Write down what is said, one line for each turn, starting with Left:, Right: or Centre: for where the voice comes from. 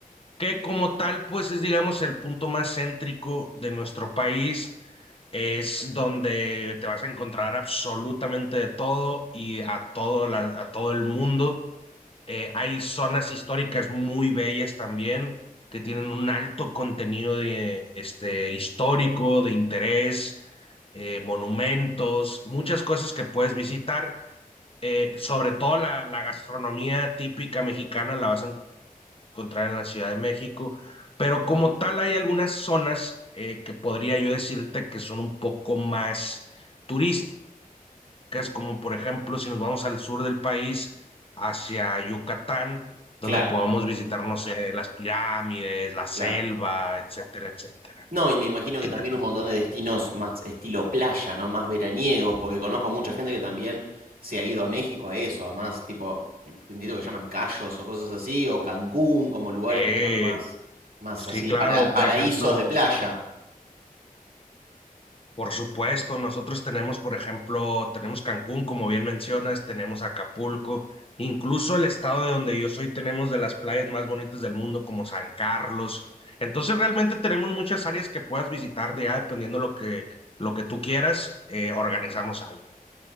Left: que como tal, pues es, digamos, el punto más céntrico de nuestro país. Es donde te vas a encontrar absolutamente de todo y a todo, la- a todo el mundo. Eh, hay zonas históricas muy bellas también, que tienen un alto contenido de, este, histórico, de interés, eh, monumentos, muchas cosas que puedes visitar. Eh, sobre todo la, la gastronomía típica mexicana la vas a encontrar en la Ciudad de México, pero como tal hay algunas zonas eh, que podría yo decirte que son un poco más turísticas, como por ejemplo si nos vamos al sur del país, hacia Yucatán, donde
Right: Claro,
Left: podamos visitar, no sé, las pirámides, la selva,
Right: claro.
Left: etcétera, etcétera.
Right: No, y me imagino
Left: ¿Qué
Right: que también
Left: te parece?
Right: un montón de destinos más estilo playa, ¿no? Más veraniegos, porque conozco mucha gente que también se ha ido a México a eso, a más tipo, entiendo que llaman Cayos o cosas así, o Cancún, como lugares
Left: Eh,
Right: que son más, más
Left: sí,
Right: así,
Left: claro,
Right: para, paraísos
Left: por ejemplo.
Right: de playa.
Left: Por supuesto, nosotros tenemos, por ejemplo, tenemos Cancún, como bien mencionas, tenemos Acapulco, incluso el estado de donde yo soy, tenemos de las playas más bonitas del mundo, como San Carlos. Entonces, realmente tenemos muchas áreas que puedas visitar, de ya dependiendo lo que, lo que tú quieras, eh, organizamos algo.